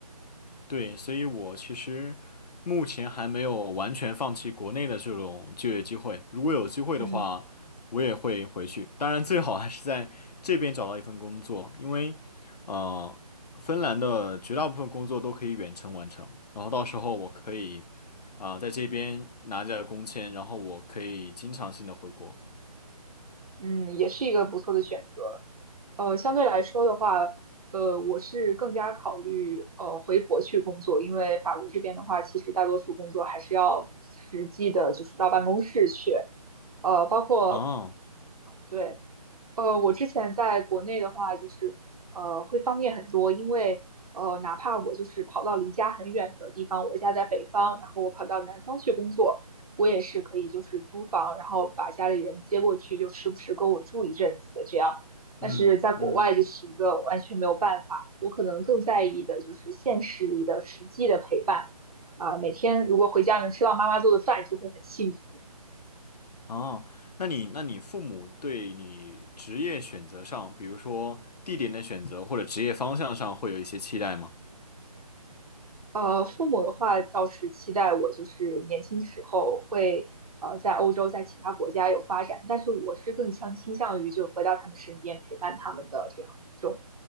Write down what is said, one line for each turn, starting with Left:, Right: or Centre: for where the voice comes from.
Left: 对，所以我其实目前还没有完全放弃国内的这种就业机会。如果有机会的话，
Right: 嗯
Left: 我也会回去。当然，最好还是在这边找到一份工作，因为呃，芬兰的绝大部分工作都可以远程完成。然后到时候我可以啊、在这边拿着工签，然后我可以经常性的回国。
Right: 嗯，也是一个不错的选择。呃，相对来说的话，呃，我是更加考虑呃回国去工作，因为法国这边的话，其实大多数工作还是要实际的，就是到办公室去，呃，包括
Left: 哦，
Right: 对。呃，我之前在国内的话，就是呃会方便很多，因为呃哪怕我就是跑到离家很远的地方，我家在北方，然后我跑到南方去工作，我也是可以就是租房，然后把家里人接过去，就时不时跟我住一阵子这样。但是在国外就是一个完全没有办法，
Left: 嗯嗯。
Right: 我可能更在意的就是现实里的实际的陪伴，啊、每天如果回家能吃到妈妈做的饭，就会很幸福。
Left: 哦，那你那你父母对你职业选择上，比如说地点的选择或者职业方向上，会有一些期待吗？
Right: 呃，父母的话倒是期待我就是年轻时候会呃在欧洲，在其他国家有发展，但是我是更倾倾向于就回到他们身边陪伴他们的这样一种，